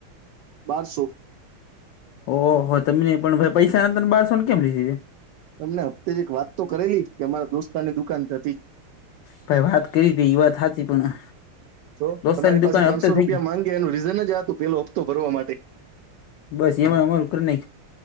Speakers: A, on the right; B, on the left.
A: બારસો
B: ઓહ તમે પણ નહી પણ ભાઈ પૈસા ના તને બારસો ને કેમ લીધી
A: તમને હપતે જ એક વાત તો કરેલી કે અમારા દોસ્તાની દુકાન હતી.
B: ભાઈ વાત કરી તી યુવા હાચી પણ
A: તો
B: દોસ્તાની
A: તમારી
B: દુકાને
A: પાસે ત્રણસો
B: હપ્તે
A: રૂપિયા
B: થઈ ગઈ
A: માંગે એનું રીઝન જ આ હતું પેલો હપ્તો ભરવા માટે
B: બસ એમાં અમારું કર ને.